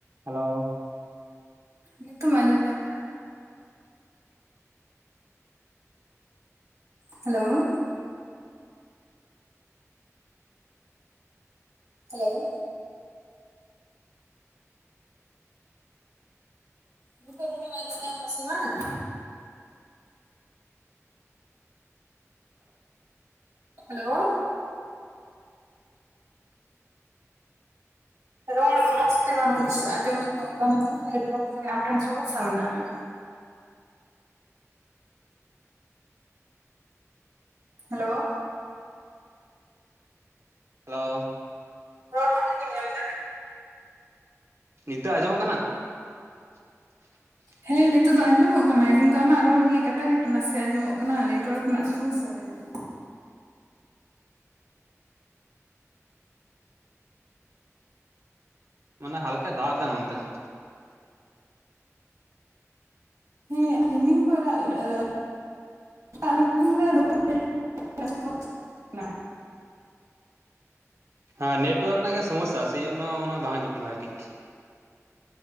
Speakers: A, on the right; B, on the right.
A: Hello.
B: ᱱᱤᱛᱚᱢ ᱟᱸᱡᱚᱢ ᱧᱟᱢ ᱫᱟ? ᱦᱮᱞᱳ᱾ ᱦᱮᱞᱳ᱾ ᱱᱤᱛᱚᱜ ᱨᱚᱲ ᱮᱢ ᱟᱸᱡᱚᱢ ᱧᱟᱢ ᱫᱟᱥᱮ ᱵᱟᱝ? ᱦᱮᱞᱳ, ᱨᱚᱲ ᱢᱚᱸᱡᱽᱛᱮ ᱵᱟᱝ ᱫᱤᱥᱟᱹᱜ-ᱟ ᱟᱸᱡᱚᱢ ᱧᱚᱜ ᱠᱟᱱ ᱛᱟᱢᱟ ᱱᱮᱴᱣᱟᱨᱠ ᱡᱟᱱᱤᱡ ᱟᱢᱴᱷᱮᱱ ᱥᱚᱢᱚᱥᱥᱟ ᱢᱮᱱᱟᱜ-ᱟ᱾ ᱦᱮᱞᱳ᱾
A: ᱦᱮᱞᱳ᱾
B: ᱨᱚᱲ ᱵᱟᱢ ᱟᱸᱡᱚᱢ ᱧᱟᱢ ᱫᱟ?
A: ᱱᱤᱛᱚᱜ ᱟᱸᱡᱚᱢᱚᱜ ᱠᱟᱱᱟ? <inaudible>
B: ᱦᱮᱸ ᱱᱤᱛᱚᱜ ᱫᱚ ᱟᱸᱡᱚᱢᱚᱜ ᱠᱟᱱᱟ ᱠᱤᱱᱛᱩ ᱟᱢᱟᱜ ᱨᱚᱲ ᱜᱮ ᱠᱟᱴᱟ ᱠᱟᱴᱟ ᱱᱟᱥᱮ ᱟᱸᱡᱚᱢᱚᱜ ᱠᱟᱱᱟ ᱱᱮᱴᱣᱟᱨᱠ ᱨᱮᱱᱟᱜ ᱥᱚᱢᱚᱥᱥᱟ ᱡᱟᱹᱱᱤᱡ ᱾
A: ᱢᱟᱱᱮ ᱦᱟᱞᱠᱟ ᱫᱟᱜ ᱫᱟᱭ ᱱᱚᱱᱛᱮ ᱾
B: ᱦᱮᱸ ᱨᱤᱢᱤᱞ ᱠᱚ <unintelligible> ᱠᱟᱱᱟ
A: ᱦᱮᱸ ᱱᱮᱴᱣᱚᱟᱨᱠ ᱨᱮᱱᱟᱜ ᱜᱮ ᱥᱚᱢᱚᱥᱟ᱾ ᱥᱮᱭ ᱡᱚᱱᱱᱚ ᱚᱱᱟ ᱵᱟᱝ ᱟᱡᱚᱢᱜ ᱠᱟᱱᱟ ᱵᱷᱟᱜᱮ ᱴᱷᱤᱠ᱾